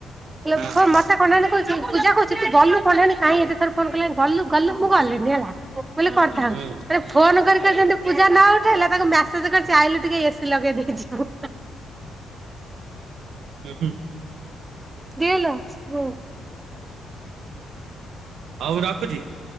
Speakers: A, on the right; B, on the right.
A: ଲୋ
B: ହଁ।
A: ଥ ମତେ କଣ୍ଡାନୀ କହୁଛି। ପୂଜା କହୁଛି ତୁ ଗଲୁ କଣ୍ଢେଇ ନାନୀ କାହିଁ ଏତେଥର ଫୋନ କଲାଣି ଗଲୁ ଗଲୁ ମୁଁ ଗଲିିନି ହେଲା। ବୋଲି କରିଥାନ୍ତ
B: ହୁଁ
A: ଯଦି ଫୋନ କରି କରି ଯେମିତି ପୂଜା ନ ଉଠେଇଲା ତାଙ୍କୁ ମେ ସେଜ କରିଛି ଆଇଲୁ ଟିକେ ଏ ସିି ଲଗେଇ ଦେଇଯିବୁ।
B: ହୁଁ।
A: ଫ୍ରି ହେଲ ହଉ।
B: ହଉ ରଖୁଛି।